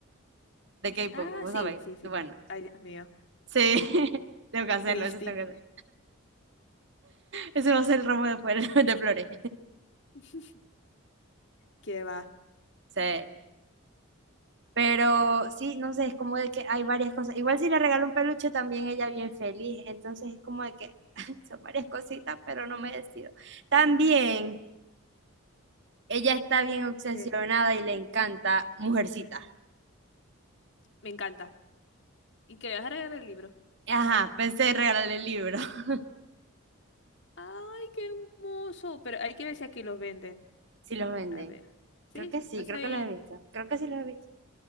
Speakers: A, on the right; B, on the left.
A: de K-pop,
B: Ah,
A: vos
B: sí,
A: sabés.
B: sí, sí.
A: Bueno,
B: Ay, Dios mío.
A: sí, <laughs> tengo que hacerlo,
B: Christy.
A: eso tengo que hacer. Ese va a ser el ramo de, flores- <laughs> de flores.
B: <laughs> ¿Qué va?
A: Sí. Pero sí, no sé, es como de que hay varias cosas. Igual si le regalo un peluche, también ella bien feliz. Entonces es como de que <laughs> son varias cositas, pero no me decido. También ella está bien obsesionada
B: ¿Qué?
A: y le encanta Mujercita.
B: Me encanta. ¿Y que le vas a regalar el libro?
A: Ajá, pensé en regalarle el libro. <laughs>
B: Ay, qué hermoso. Pero hay que ver si aquí los venden.
A: Si los venden.
B: A ver. ¿Sí?
A: Creo que sí,
B: No sabéis.
A: creo que los he visto. Creo que sí los he visto.